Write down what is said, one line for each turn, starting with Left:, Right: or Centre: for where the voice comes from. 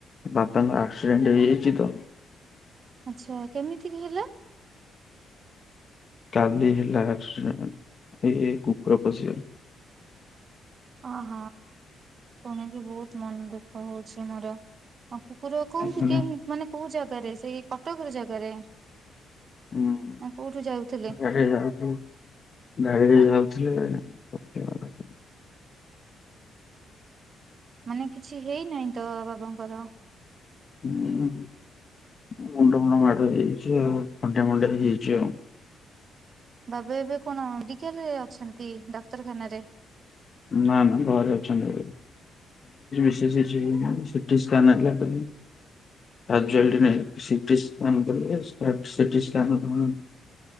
Left: ବାପାଙ୍କର ଆକ୍ସିଡେଣ୍ଟ ହେଇଯାଇଛି ତ
Right: ଆଚ୍ଛା କେମିତି ହେଲା?
Left: କାଲି ହେଲା ଆକ୍ସିଡ଼େଣ୍ଟ ଏଇ କୁକୁର ପଶିଗଲା
Right: ଅହ ଶୁଣିକି ବହୁତ ମନ ଦୁଃଖ ହଉଛି ମୋର। ହଉ କୁକୁର କୋଉଠି
Left: ହୁଁ।
Right: କେ ମାନେ କୋଉ ଜାଗାରେ ସେଇ କଟକର ଜାଗାରେ।
Left: ହୁଁ
Right: ନା କୋଉଠୁ
Left: <unintelligible>
Right: ଯାଉଥିଲେ?
Left: ଗ ଗାଡ଼ିରେ ଯାଉ
Right: ଆ
Left: ବଝ <unintelligible>
Right: ମାନେ କିଛି ହେଇନାହିଁ ତ ବାବାଙ୍କର
Left: ହଁ ମୁଣ୍ଡ ମୁଣ୍ଡ ମାଡ ହେଇଯାଇଛି ଆଉ ଖଣ୍ଡିଆ ମଣ୍ଡିଆ ହେଇଯାଇଛି ଆଉ
Right: ବାବା ଏବେ କଣ ମେଡିକାଲରେ ଅଛନ୍ତି ଡାକ୍ତରଖାନ ରେ
Left: ନା ନା ଘରେ ଅଛନ୍ତି ଏବେ <unintelligible> ସିଟି ସ୍କାନ୍ ହେଲା ପରେ <unintelligible> ି